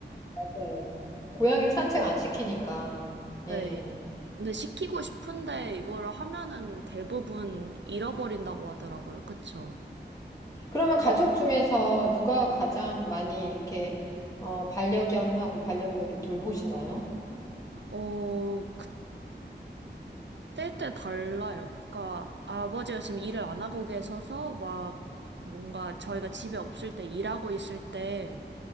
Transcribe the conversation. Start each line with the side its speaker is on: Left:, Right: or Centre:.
Left: 맞아요. 고양이는 산책 안 시키니까.
Right: 네.
Left: 예.
Right: 근데 시키고 싶은데 이걸 하면은 대부분 잃어버린다고 하더라고요. 그쵸?
Left: 그러면 가족 중에서 누가
Right: 네.
Left: 가장 많이 이렇게 어, 반려견하고 반려묘를 돌보시나요?
Right: 어, 때때 달라요. 그러니까 아버지가 지금 일을 안 하고 계셔서 막 뭔가 저희가 집에 없을 때 일하고 있을 때